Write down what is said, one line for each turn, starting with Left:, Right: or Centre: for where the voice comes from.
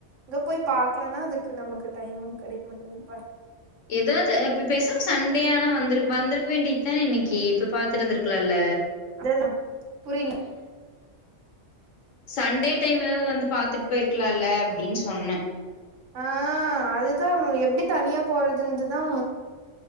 Right: இங்க போய் பாக்கலானா அதுக்கு நமக்கு டைமு கெடைக்க மாட்டேங்கது பாரு
Left: ஏதாவது பெ பேசாம சன்டே ஆனா வந்துரு வந்திருக்க வேண்டியதுதானே இன்னைக்கி போய் பாத்துட்டு வந்திருக்கலால்ல
Right: அதே தா புரியல
Left: சன்டே டைம் எதாவது வந்து பாத்துட்டு போயிருக்கலால்ல அப்டின்னு சொன்ன
Right: ஆ அதுதா எப்டி தனியா போறதுந்துதா